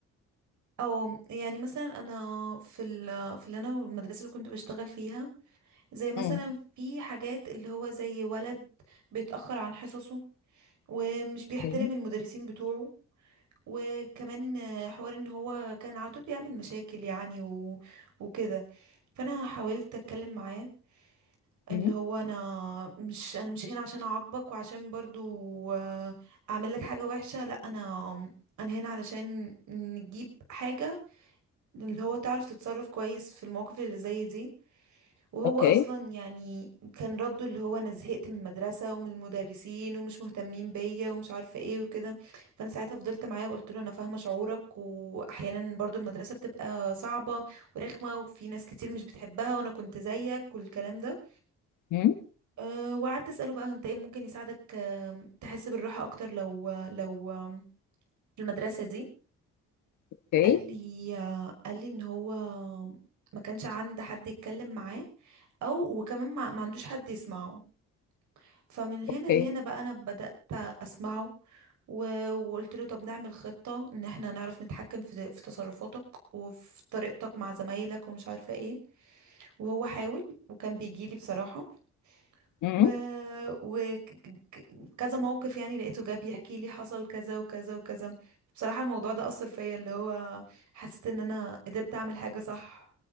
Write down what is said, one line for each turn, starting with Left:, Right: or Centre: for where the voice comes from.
Right: او يعني مثلا انا في ال في اللي انا المدرسه اللي كنت بشتغل فيها زي مثلا
Left: امم
Right: في حاجات اللي هو زي ولد بيتاخر عن حصصه ومش بيحترم
Left: اوكي
Right: المدرسين بتوعه وكمان آه، حوار ان هو كان على طول بيعمل مشاكل يعني و... وكده فانا حاولت اتكلم معاه اللي
Left: امم
Right: هو انا مش انا مش هنا عشان اعاقبك وعشان برضو آه، اعمل لك حاجة وحشة لا انا انا هنا علشان نجيب حاجة اللي هو تعرف تتصرف كويس في المواقف اللي زي دي وهو
Left: اوكي
Right: اصلا يعني كان رده اللي هو انا زهقت من المدرسة ومن المدرسين ومش مهتمين بيا ومش عارفة ايه وكده فانا ساعتها فضلت معاه وقلت له انا فاهمة شعورك واحيانا برضو المدرسة بتبقى صعبة ورخمة وفي ناس كتير مش بتحبها وانا كنت زيك والكلام ده
Left: امم
Right: أه وقعدت أسأله بقى انت ايه ممكن يساعدك آم، تحس بالراحة اكتر لو لو آم، في المدرسة دي
Left: اوكي
Right: قال لي آه، قال لي ان هو ما كانش عند حد يتكلم معاه او وكمان ما, ما عندوش حد يسمعه فمن هنا
Left: اوكي
Right: لهنا بقى انا بدأت اسمعه و- وقلت له طب نعمل خطة ان احنا نعرف نتحكم في في تصرفاتك وفي طريقتك مع زمايلك ومش عارفة ايه وهو حاول وكان بيجيلي بصراحة
Left: مم.
Right: و... وكذا موقف يعني لقيته جاب يحكي لي حصل كذا وكذا وكذا بصراحة الموضوع ده أثر فيا اللي هو حسيت ان انا قدرت اعمل حاجة صح